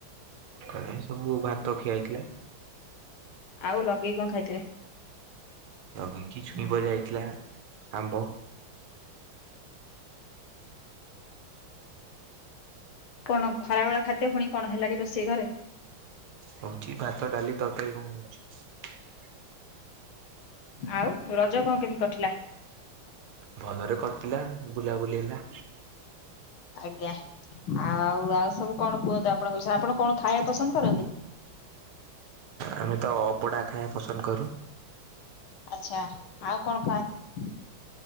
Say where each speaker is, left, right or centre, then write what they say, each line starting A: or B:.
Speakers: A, on the right (about 80°); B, on the left (about 75°).
A: ସକାଳେ ସବୁ ଭାତ ଖିଆ ହେଇଥିଲା।
B: ଆଉ ଲଗେଇ କଣ ଖାଇଥିଲେ?
A: ଲଗେଇକି ଛୁଇଁ ଭଜା ହେଇଥିଲା, ଆମ୍ୱ।
B: କଣ ଖରାବେଳ ଖାଦ୍ୟ ଫୁଣି କଣ ହେଲାଣି ରୋଷେଇ ଘରେ?
A: ହଉଛି ଭାତ ଡାଲି ତରକାରୀ କଣ ହଉଛି।
B: ଆଉ ରଜ କଣ କେମିତି କଟିଲା?
A: ଭଲରେ କଟିଲା ବୁଲାବୁଲି ହେଲା।
B: ଆଜ୍ଞା ଆଉ ଆଉ ସବୁ କଣ କୁହନ୍ତୁ? ଆପଣଙ୍କ ବିଷୟରେ ଆପଣ କଣ ଖାଇବା ପସନ୍ଦ କରନ୍ତି?
A: ଆମେ ତ ଅବଡ଼ା ଖାଇବା ପସନ୍ଦ କରୁ।
B: ଆଚ୍ଛା ଆଉ କଣ ଖାଆନ୍ତି?